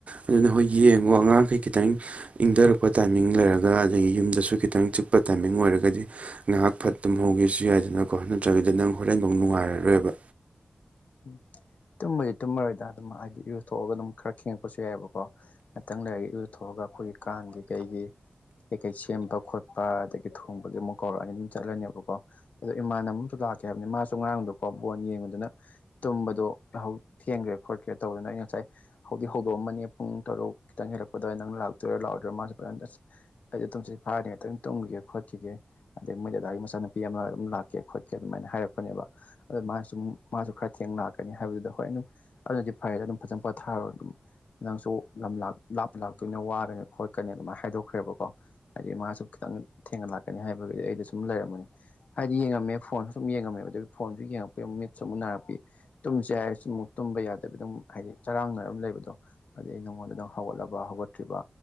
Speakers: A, on the right; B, on the left.
A: ꯑꯗꯨꯅ ꯍꯣꯏ ꯌꯦꯡꯉꯣ ꯑꯉꯥꯡꯈꯩ ꯈꯤꯇꯪ ꯏꯪꯊꯔꯛꯄ ꯇꯥꯏꯃꯤꯡ ꯂꯩꯔꯒ ꯑꯗꯒꯤ ꯌꯨꯝꯗꯁꯨ ꯈꯤꯇꯪ ꯆꯤꯛꯄ ꯇꯥꯏꯃꯤꯡ ꯑꯣꯏꯔꯒꯗꯤ ꯉꯥꯏꯍꯥꯛ ꯐꯠ ꯇꯨꯝꯍꯧꯒꯦꯁꯨ ꯌꯥꯏꯗꯅꯀꯣ ꯅꯠꯇ꯭ꯔꯒꯗꯤ ꯅꯪ ꯍꯣꯔꯦꯟꯐꯧ ꯅꯨꯡꯉꯥꯏꯔꯔꯣꯏꯕ
B: ꯎꯝ ꯇꯨꯝꯃꯗꯤ ꯇꯨꯝꯃꯔꯣꯏꯗ ꯑꯗꯨꯝ ꯍꯥꯏꯗꯤ ꯏꯔꯨ ꯊꯣꯛꯑꯒ ꯑꯗꯨꯝ ꯈꯔ ꯦꯡꯉꯛꯄꯁꯨ ꯌꯥꯏꯑꯕꯀꯣ ꯉꯥꯛꯇꯪ ꯂꯩꯔꯒ ꯏꯔꯨ ꯊꯣꯛꯑꯒ ꯑꯩꯈꯣꯏꯒꯤ ꯀꯥꯡꯒꯤ ꯀꯩꯒꯤ ꯀꯩ ꯀꯩ ꯁꯦꯝꯕ ꯈꯣꯠꯄ ꯑꯗꯒꯤ ꯊꯣꯡꯕꯒꯤ ꯃꯨ ꯀꯧꯔꯛꯑꯅꯤ ꯑꯗꯨꯝ ꯆꯠꯂꯅꯦꯕꯀꯣ ꯑꯗꯣ ꯏꯃꯥꯟꯅ ꯑꯃꯨꯁꯨ ꯂꯥꯛꯀꯦ ꯍꯥꯏꯕꯅꯦ ꯃꯥꯁꯨ ꯉꯔꯥꯡꯗꯣ ꯀꯣ ꯕꯣꯟ ꯌꯦꯡꯕꯗꯨꯅ ꯇꯨꯝꯕꯗꯣ ꯊꯦꯡꯈ꯭ꯔꯦ ꯈꯣꯠꯈ꯭ꯔꯦ ꯇꯧꯗꯅ ꯑꯩ ꯉꯁꯥꯏ ꯍꯧꯗꯤ ꯍꯧꯗꯣꯛꯑꯝꯕꯅꯦ ꯄꯨꯡ ꯇꯔꯨꯛ ꯈꯤꯇꯪ ꯍꯦꯜꯂꯛꯄꯗ ꯅꯪ ꯂꯥꯛꯇꯣꯏꯔꯥ ꯂꯥꯛꯑꯣꯏꯔꯥ ꯃꯥꯁꯨ ꯐꯖꯅ ꯑꯁ꯫ ꯑꯩꯗꯤ ꯇꯨꯝꯁꯤꯠ ꯐꯥꯗꯦ ꯉꯥꯛꯇꯪ ꯇꯨꯝꯈꯤꯒꯦ ꯈꯣꯠꯈꯤꯒꯦ꯫ ꯑꯗꯩ ꯃꯣꯏ ꯗꯗꯥꯒꯤ ꯃꯆꯥꯅꯨꯄꯤ ꯑꯃ ꯑꯗꯨꯝ ꯂꯥꯛꯀꯦ ꯈꯣꯠꯀꯦ ꯑꯗꯨꯃꯥꯏꯅ ꯍꯥꯏꯔꯛꯄꯅꯦꯕ ꯑꯗꯨ ꯃꯥꯁꯨꯃꯨꯛ ꯃꯥꯁꯨ ꯈꯔ ꯊꯦꯡꯅ ꯂꯥꯛꯀꯅꯤ ꯍꯥꯏꯕꯗꯨꯗ ꯍꯣꯏ ꯑꯗꯨꯝ ꯑꯗꯨꯅꯗꯤ ꯐꯔꯦꯗ ꯑꯗꯨꯝ ꯐꯖꯅ ꯄꯣꯊꯥꯔꯣ ꯑꯗꯨꯝ ꯅꯪꯁꯨ ꯂꯝ ꯂꯥꯞ ꯂꯥꯞꯇ ꯂꯥꯛꯇꯣꯏꯅꯦꯅ ꯋꯥꯔꯅꯤ ꯈꯣꯠꯀꯅꯤ ꯑꯗꯨꯃꯥꯏꯅ ꯍꯥꯏꯗꯣꯛꯈ꯭ꯔꯦꯕꯀꯣ ꯍꯥꯏꯗꯤ ꯃꯥꯁꯨ ꯈꯤꯇꯪ ꯊꯦꯡꯅ ꯂꯥꯛꯀꯅꯤ ꯍꯥꯏꯕꯒꯤ ꯑꯩꯗꯣ ꯁꯨꯝ ꯂꯩꯔꯝꯕꯅꯦ ꯍꯥꯏꯗꯤ ꯌꯦꯡꯉꯝꯃꯦ ꯐꯣꯟ ꯁꯨꯝ ꯌꯦꯡꯉꯝꯃꯦꯕ ꯑꯗꯨ ꯐꯣꯟꯁꯨ ꯌꯦꯡꯉꯛꯄꯩ ꯑꯃꯨꯛ ꯃꯤꯠꯁꯨ ꯑꯃꯨꯛ ꯅꯥꯔꯛꯄꯤ ꯇꯨꯝꯁꯦ ꯍꯥꯏꯔꯁꯨ ꯑꯃꯨꯛ ꯇꯨꯝꯕ ꯌꯥꯗꯕꯤ ꯑꯗꯨꯝ ꯍꯥꯏꯗꯤ ꯆꯔꯥꯡꯅꯔ ꯑꯗꯨꯝ ꯂꯩꯕꯗꯣ꯫ ꯑꯗꯩ ꯑꯩ ꯅꯉꯣꯟꯗ ꯑꯗꯨꯝ ꯍꯧꯒꯠꯂꯕ ꯍꯧꯒꯠꯇ꯭ꯔꯤꯕ꯫